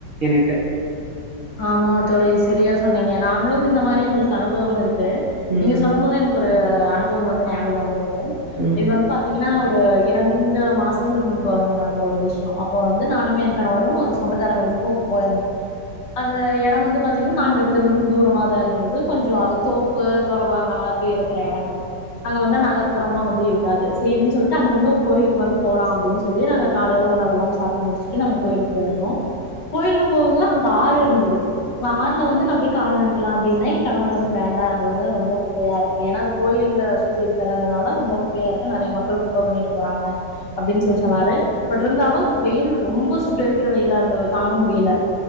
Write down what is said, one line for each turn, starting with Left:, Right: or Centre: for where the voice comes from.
Right: எனக்கு
Left: ஆமா தோழி செரியா சொன்னீங்க நாங்களோம் இந்த மாதிரி எங்களுக்கு அனுபவோம் இருக்கு
Right: ம்
Left: நீங்க சொல்லும்போதே எனக்கு ஒரு அனுபவோம் வந்து நியாபகோ வந்துது து
Right: ம்
Left: இது வந்து பாத்தீங்கன்னா ஒரு இரண்டு மாசங்களுக்கு முன்பு வந்து நடந்த ஒரு <unintelligible> அப்ப வந்து நானுமே கணவரோம் ஒரு சொந்தக்காரங்க வீட்டுக்கு போயி இருந்தோ அந்த எடோ வந்து பாத்தீங்கன்னா நாங்க இருக்குறதுலயிருந்து தூரமாதா இருந்துது கொஞ்சோ அது தோப்பு தொறவு அந்த மாதிரியிருக்குற எடங்கள் அங்க வந்து நகர்புறமா வந்துயிருக்காது சேரின்னு சொல்லிட்டு அங்கயிருந்து ஒரு கோயிலுக்கு வந்து போலா அப்டின்னு சொல்லி நாங்க காலையில உணவெல்லாம் சாப்பிட்டு முடிச்சுட்டு நாங்க கோயிலுக்கு போயிருந்தோ கோயிலுக்கு போகுமோது ஆறுயிருந்துது ஆறுல வந்து நா போய் கால் நெனைக்கலா அப்டின்னே என் கணவர் வந்து வேண்டா அங்க வந்து ரொம்ப குப்பையாயிருக்கு ஏன்னா அது கோயில சுத்தி இருக்குறதுனால ரொம்ப குப்பையாயிருக்கு நெறைய மக்கள் குப்ப பண்ணிட்டு போறாங்க அப்டின்னு சொல்லி சொன்னாரு பட் இருந்தாலோ வெயில் ரொம்ப சுட்டெரிக்குற வெயிலாயிருந்தது தாங்க முடியல